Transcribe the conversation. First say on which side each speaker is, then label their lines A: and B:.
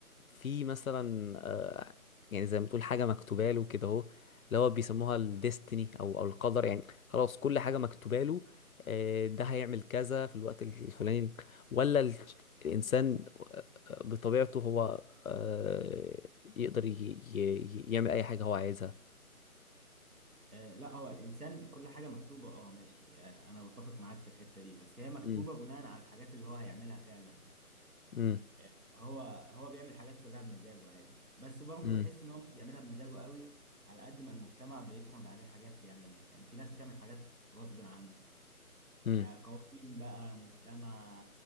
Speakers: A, on the left; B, on the right.
A: في مثلا آه، يعني زي ما تقول حاجة مكتوبة له كده اهو اللي هو بيسموها الديستني او او القدر يعني خلاص كل حاجة مكتوبة له آه، ده هيعمل كذا في الوقت الفلاني ولا ال- الانسان آه، بطبيعته هو آه، يقدر ي- ي- ي- يعمل اي حاجة هو عايزها
B: آه، لا هو الانسان كل حاجه مكتوبه اه ماشي آه، انا بتفق معاك في الحته دي بس هي مكتوبه
A: امم
B: بناء على الحاجات اللي هو هيعملها فعلا يعني
A: امم
B: آه، هو هو بيعمل حاجات كلها بمزاجه عادي بس برضه
A: امم
B: بحس ان هو مش بيعملها بمزاجه قوي على قد ما المجتمع بيفرض عليه حاجات يعملها يعني في ناس بتعمل حاجات غصب عنها
A: امم
B: آه، قوانين بقى مجتمع